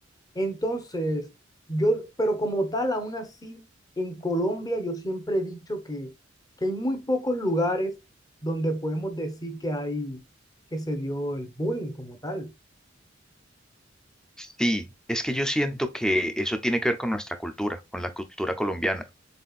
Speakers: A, on the left (about 20°); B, in the centre.
A: Entonces, yo, pero como tal, aún así, en Colombia yo siempre he dicho que, que hay muy pocos lugares donde podemos decir que hay, que se dio el bullying como tal.
B: Sí, es que yo siento que eso tiene que ver con nuestra cultura, con la cultura colombiana.